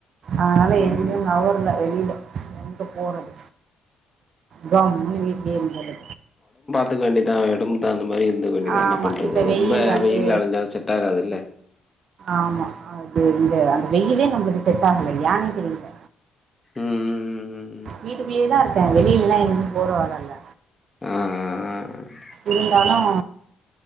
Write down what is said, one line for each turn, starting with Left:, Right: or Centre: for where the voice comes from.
Right: ஆதனால எங்கங்க
Left: ம்
Right: அவருள்ள வெளில. எங்க போறது. கம்முனு வீட்டுலயே இருந்துரது.
Left: துக்க வேண்டிதா ஒடம்தா. இந்த மாரி இருந்துக்க வேண்டியதா
Right: ஆமா
Left: என்ன பண்றது
Right: இப்ப வெயில்
Left: ரொம்ப
Right: வந்து
Left: வெயில் அலைஞ்சாலு செட் ஆகாது இல்ல.
Right: ஆமா அது. அந்த வெயிலே நம்மளுக்கு செட் ஆகல ஏன்னே. தெரியல.
Left: ம் ம் ம் ம் ம்
Right: வீட்டுக்குள்ளயேதா இரு. ப்ப வெளியில எல்லா எங்கு போற வேல எல்லா இல்ல.
Left: ஆஹஹேஹ.
Right: இருந்தாலும்